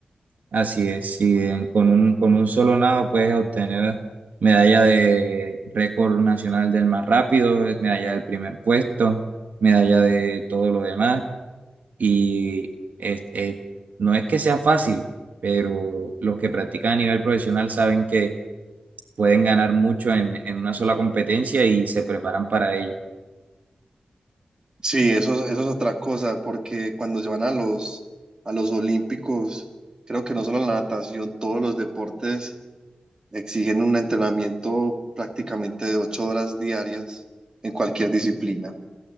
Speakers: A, on the right (about 70°); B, on the right (about 30°).
A: así es. Sí, en- con un, con un solo nado puedes obtener medalla de récord nacional del más rápido, medalla del primer puesto, medalla de todo lo demás. y es- es- no es que sea fácil, pero los que practican a nivel profesional saben que pueden ganar mucho en, en una sola competencia y se preparan para ello.
B: Sí, eso, es- eso es otra cosa, porque cuando se van a los, a los olímpicos, creo que no solo la natación, todos los deportes exigen un entrenamiento prácticamente de ocho horas diarias en cualquier disciplina.